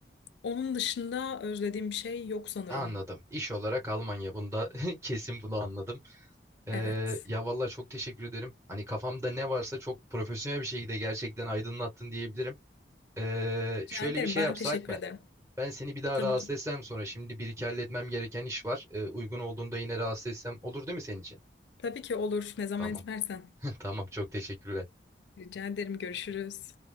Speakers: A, on the left (about 70°); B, on the right (about 15°).
A: Onun dışında özlediğim bir şey yok sanırım.
B: Anladım. İş olarak Almanya bunda <laughs> kesin bunu anladım. Ee,
A: Evet.
B: ya vallahi çok teşekkür ederim. Hani kafamda ne varsa çok profesyonel bir şekilde gerçekten aydınlattın diyebilirim. Ee,
A: Rica
B: şöyle
A: ederim.
B: bir şey
A: Ben
B: yapsak
A: teşekkür
B: ben.
A: ederim.
B: Ben seni bir daha
A: Tabii
B: rahatsız
A: ki.
B: etsem sonra şimdi bir iki halletmem gereken iş var. Ee, uygun olduğunda yine rahatsız etsem olur değil mi senin için?
A: Tabii ki olur. Ne zaman
B: Tamam.
A: istersen.
B: <laughs> Tamam çok teşekkürler.
A: Rica ederim. Görüşürüz.